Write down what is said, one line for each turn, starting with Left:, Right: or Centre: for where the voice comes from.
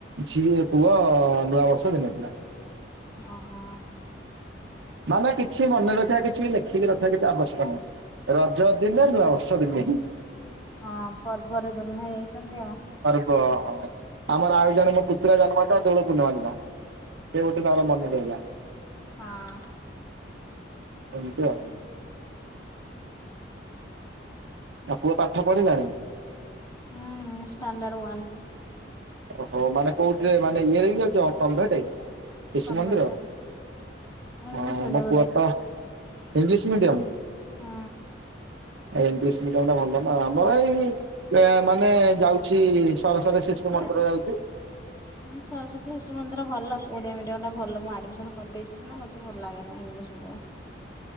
Right: ଝି ପୁଅ ନୂଆବର୍ଷ ଦିନେ ଥିଲା।
Left: ଓ ହ।
Right: ମାନ କିଛି ମନେ ରଖିବା କିଛି ଲେଖିକି ରଖିବା କିଛି ଆବଶ୍ୟକ ନାହିଁ। ରଜ ଦିନେ ନୁଆ ବର୍ଷ ଦିନ ହିଁ।
Left: ହଁ ପର୍ବରେ ଜନ୍ମ ହେଇଯାଇଛନ୍ତି ଆଉ।
Right: ଓହୋ ଆମର ଆଉ ଜଣେ ମୋ ପୁତ୍ରା ଜନ୍ମ ଦିନ ଦୋଳ ପୂର୍ଣ୍ଣିମା ଦିନ। ସେ ଗୋଟେ ତାର ମନେ ଦେଲା।
Left: ହଁ।
Right: ଏମତି ଆଉ। ଆଉ ପୁଅ ପାଠ ପଢିଲାଣି?
Left: ହୁଁ ଷ୍ଟାଣ୍ଡର୍ଡ ୱନ୍।
Right: ଓହୋ ମାନେ କୋଉଠିରେ ମାନେ ଇଏ ହେଇକ ଯାଉଛି କନ୍ଭେଟେ? ସିଶୁମନ୍ଦିର
Left: କନଭେଣ୍ଟରେ ଇଂଲିଶ
Right: ହଁ
Left: ମିଡିୟମରେ
Right: ମୋ ପୁଅ ତ ଇଂଲିଶ ମିଡିୟମ?
Left: ହଁ।
Right: ଆ ଏ ଇନଗଲିସ ମିଡିଅମ ଟା ଭଲ ନା ଆମର ଏଇ ମାନେ ଯାଉଛି ସରସରୀ ଶିଶୁ ମନ୍ଦିର
Left: ହୁଁ
Right: ଯାଉଛି।
Left: ସରସ୍ଵତୀ ଶିଶୁ ଶିଶୁମନ୍ଦିର ଭଲ ଓଡିଆ ମିଡିୟମ ଟା ଭଲ ମୁଁ ଆଡମିସନ କରିଦେଇଛିି ସିନା ମତେ ଭଲ ଲାଗେନା ଇଂଲିଶ ମିଡିୟମ। <unintelligible>